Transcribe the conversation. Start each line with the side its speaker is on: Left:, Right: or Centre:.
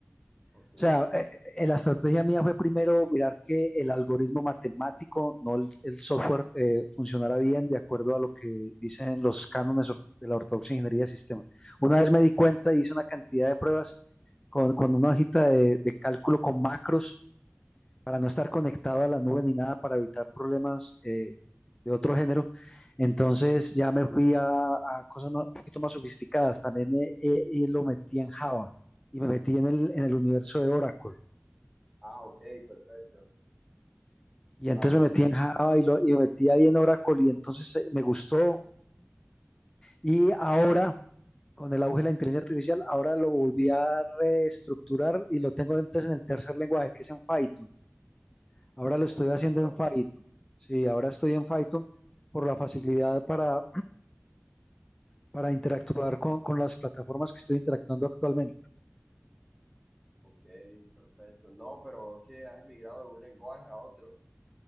Centre: ok.
Left: O sea, eh, eh, la estrategia mía fue primero mirar que el algoritmo matemático, no el, el software, eh, funcionara bien de acuerdo a lo que dicen los cánones or- de la ortodoxa ingeniería de sistemas. Una vez me di cuenta, y hice una cantidad de pruebas con, con una hojita de, de cálculo con macros para no estar conectado a la nube ni nada, para evitar problemas eh, de otro género. Entonces ya me fui a, a cosas más- un poquito más sofisticadas. También eh, eh, y lo metí en Java y me metí en el, en el universo de Oracle.
Centre: Ah, ok, perfecto.
Left: Y
Centre: Claro.
Left: entonces me metí en Java y, lo- y me metí ahí en Oracle y entonces eh, me gustó. Y ahora, con el auge de la inteligencia artificial, ahora lo volví a reestructurar y lo tengo entonces en el tercer lenguaje, que es en Python. Ahora lo estoy
Centre: En Python.
Left: haciendo en Python. Sí, ahora estoy en Python por la facilidad para, para interactuar con, con las plataformas que estoy interactuando actualmente.
Centre: Ok, perfecto. No, pero que has migrado de un lenguaje a otro.